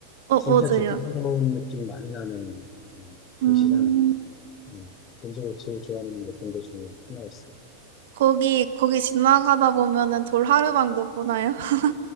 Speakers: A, on the right (about 55°); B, on the left (about 30°).
A: 어,
B: 진짜
A: 뭐세요
B: 제주스러운 느낌이 많이 나는 음,
A: 음.
B: 곳이랑 음, 개인적으로 제일 좋아하는 몇번 곳 중에 하나였습니다.
A: 거기 거기 지나가다 보면은 돌 하루방도 보나요? <laughs>